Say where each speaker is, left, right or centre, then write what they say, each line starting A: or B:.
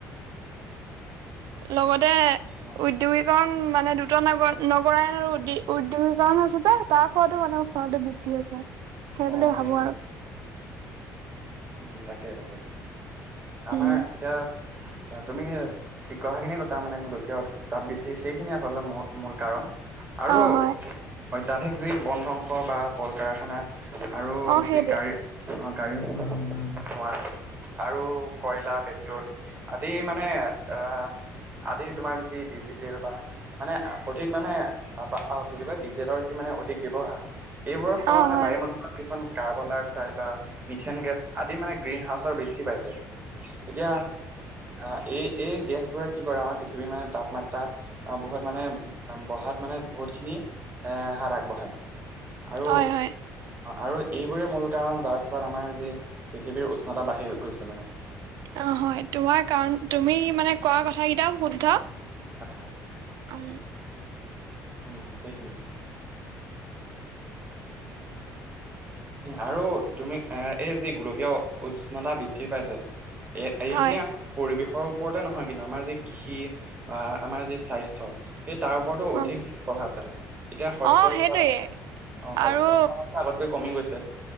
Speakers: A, on the right (about 70°); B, on the right (about 25°).
A: লগতে
B: অ
A: উদ্যোগিক কাৰণ মানে দুটা ন নগৰায়ণ আৰু উ উদ্যোগীকৰণ হৈছে যে তাৰ ফলতো মানে উচ্চনতা বৃদ্ধি হৈছে।
B: <inaudible>
A: সেইবুলি
B: সেইখিনি
A: ভাবো আৰু।
B: উম, তাকে তাকে আমাৰ
A: উম
B: এতিয়া তুমি কি থিক কথাখিনিয়ে কৈছা মানে গোলকীয় উত্তাপ বৃদ্ধি সেইখিনিয়ে আচলতে ম মূল কাৰণ। আৰু
A: অ হয়
B: অত্যাধিক যি বন ধ্বংস বা কল কাৰখানা আৰু
A: অ সেইটোৱে
B: যি গাড়ী অ', গাড়ীৰ খোৱা আৰু কয়লা পেট্ৰল আদি মানে আহ আদি তোমাৰ যি ডিজিটেল বা মানে অধিক মানে কি বুলি কয় ডিজেলৰ যি মানে অধিক ব্যয়ৱহাৰ এইবোৰৰ ফলত
A: অ
B: মানে
A: হয়
B: বায়ু মণ্ডলত কিছুমান কাৰ্বন ডাই অক্সাইড বা মিথেন গেছ আদি মানে গ্ৰীণ হাউচৰ বৃদ্ধি পাইছে এতিয়া আহ এই এই গেছ বোৰে কি কৰে আমাৰ পৃথিৱীৰ মানে তাপমাত্ৰা বহুত মানে বহাত মানে বহুত খিনি এ হাত আগবঢ়ায় আৰু
A: হয় হয়
B: আৰু এইবোৰেই মূল কাৰণ যাৰ ফলত আমাৰ যি পৃথিৱীৰ উষ্ণতা বাঢ়ি গৈছে মানে।
A: অ', হয় তোমাৰ কাৰণ তুমি মানে কোৱা কথা কেইটা শুদ্ধ।
B: হয়, হয়।
A: অহ।
B: উম, সেইখিনি। আৰু তুমি এ এই যি গোলকীয় উষ্ণতা বৃদ্ধি পাইছে এক এইখিনিয়ে
A: হয়।
B: পৰিৱেশৰ ওপৰতে নহয় কিন্তু আমাৰ যি কৃষি বা আমাৰ যি স্বাস্থ্য সেই তাৰ ওপৰতো
A: উম,
B: অধিক প্ৰভাৱ পেলায় এতিয়া শস্যৰ
A: অ' সেইটোৱে
B: উৎপাদন অ', শস্য
A: আৰু
B: উৎপাদনটো আগতকৈ কমি গৈছে।